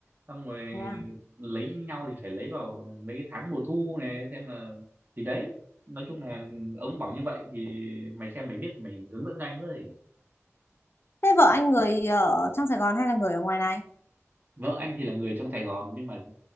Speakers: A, on the right; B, on the left.
A: xong rồi
B: Thế à?
A: lấy nhau thì phải lấy vào mấy cái tháng mùa thu này xem là thì đấy nói chung là ông bảo như vậy thì mày xem mày biết mày hướng dẫn cho anh với
B: Thế vợ anh người ờ, ở trong Sài Gòn hay là người ở ngoài này?
A: vợ anh thì là người trong Sài Gòn nhưng mà